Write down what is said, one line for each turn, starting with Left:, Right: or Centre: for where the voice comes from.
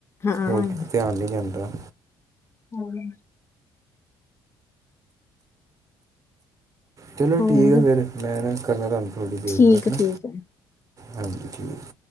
Left: ਹਾਂ
Right: ਹੋਰ ਕਿਤੇ ਧਿਆਨ ਨੀ ਜਾਂਦਾ।
Left: ਹਮ ਮ।
Right: ਚਲੋ,
Left: ਹੋਰ
Right: ਠੀਕ ਹੈ। ਫਿਰ, ਮੈਂ ਨਾ ਕਰਨਾ ਤੁਹਾਨੂੰ ਥੋੜ੍ਹੀ ਦੇਰ
Left: ਠੀਕ
Right: ਨਾਲ।
Left: ਠੀਕ ਹੈ
Right: ਹਾਂਜੀ, ਠੀਕ